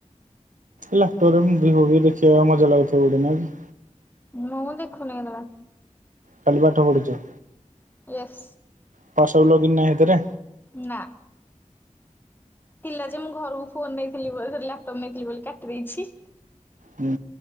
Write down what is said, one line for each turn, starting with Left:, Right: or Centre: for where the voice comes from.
Right: ଲାପଟୋପରେ ବିଏଵ ଦେଖିବାକୁ ମଜା ଲାଗୁଥିବ ବୋଧେ ନାଇଁ କି?
Left: ମୁଁ ଦେଖୁନି କେତେବେଳେ?
Right: ଖାଲି ପାଠ ପଢୁଛ।
Left: ଏସ
Right: ହ୍ୱାଟ୍ସଆପ ଲଗଇନ ନାହିଁ ସେଥିରେ
Left: ନା। ପିଲା ଯେ ମୁଁ ଘରକୁ ଫୋନ ନେଇଥିଲି ବୋଲି ଲାପଟପ୍ ନେଇଥିଲି ବୋଲି କାଟି ଦେଇଛି।
Right: ହୁଁ